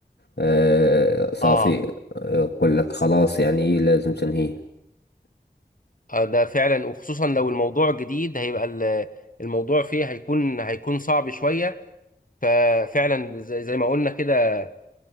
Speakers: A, on the left; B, on the left.
A: آه، صافي
B: اه
A: يقول لك خلاص يعني لازم تنهيه
B: آه، ده فعلا وخصوصا لو الموضوع جديد هيبقى ال- الموضوع فيه هيكون هيكون صعب شوية ففعلا زي زي ما قلنا كده